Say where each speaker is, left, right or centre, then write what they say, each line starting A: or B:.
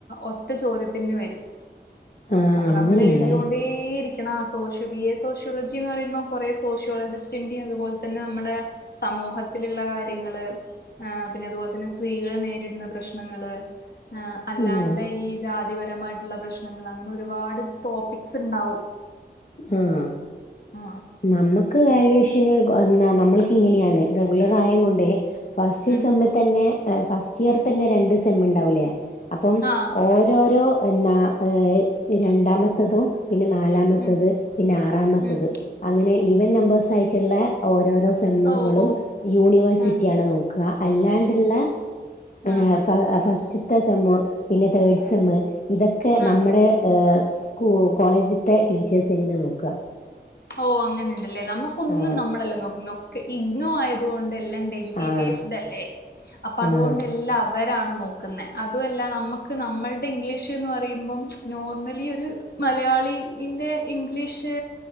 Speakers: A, on the left; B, on the left.
A: ഒറ്റ ചോദ്യത്തിന് വരും
B: ആഹ്
A: അപ്പ നമ്മൾ
B: അങ്ങനെയാല്ലേ
A: എഴുതോണ്ടേരിക്ക ക്കണം സോഷ്യോ ബി എ സോഷ്യോളജി എന്ന് പറയുമ്പോ കുററെ സോഷ്യോളജിസ്റ്റിന്റെയും അതുപോലെ തന്നെ നമ്മുടെ സമൂഹത്തിലുള്ള കാര്യങ്ങള് ആഹ് പിന്നെ അതുപോലെ തന്നെ സ്ത്രീകൾ നേരിടുന്ന പ്രശ്നങ്ങള്ൾ അല്ലാണ്ട്
B: ആഹ്
A: ഈ ജാതിപരമായിട്ട് പ്രശ്നങ്ങൾ അങ്ങനെ ഒരുപാട് ടോപ്പിക്സ് ഉണ്ടാവും
B: ഉം
A: ആഹ് ആഹ്
B: നമ്മക്ക് വാല്യുവേഷന് എന്നാ നമ്മൾക്ക് ഇങ്ങനെയാണ് റെഗുലർ ആയ കൊണ്ടെ ഫസ്റ്റ്
A: ഉം
B: സെമ്മ് തന്നെ ഫസ്റ്റ് ഇയർ
A: ഉം
B: തന്നെ രണ്ട് സെമ്മ് ഉണ്ടാവൂലെ അപ്പം
A: ആ
B: ഓരോരോ എന്നാ ഏ രണ്ടാമത്തതും പിന്നെ നാലാമത്തത്
A: ഉം
B: പിന്നെ ആറാമത്തത്
A: ഉം
B: അങ്ങനെ ഈവൻ നമ്പേഴ്സ് ആയിട്ടുള്ള ഓരോരോ സെമ്മുകളും
A: ഓ ഓ
B: യൂണിവേഴ്സിറ്റിയാണ്
A: ഉം
B: നോക്ക അല്ലാണ്ട്ള്ള ഏഹ്
A: ആ
B: ഫ ഫസ്റ്റ്ത്തെ സെമ്മ്പിന്നെ തേർഡ് സെമ്മ ഇതൊക്കെ നമ്മടെ
A: ആ
B: സ്കൂ കോളേജത്തെ ടീച്ചേഴ്സ് തന്നെ നോക്ക
A: ഓ അങ്ങനെ ഉണ്ടല്ലെ നമുക്കൊന്നും
B: ആഹ്
A: നമ്മളെല്ലാം നോക്കുന്ന് ഒക്കെ ഇഗ്നോ ആയത് ക കൊണ്ട് എല്ലാം ഉണ്ടെയ് എം ബി
B: ആഹ്
A: ബി എസ് ന്റെ അല്ലേ അപ്പോ അതുകൊണ്ട്
B: ആഹ്
A: എല്ലാം അവരാണ് നോക്കുന്നേ അതും അല്ല നമുക്ക് നമ്മളടെ ഇംഗ്ലീഷ് എന്ന് പറയുമ്പം നോർമലി ഒരു മലയാളിന്റെ ഇംഗ്ലീഷ്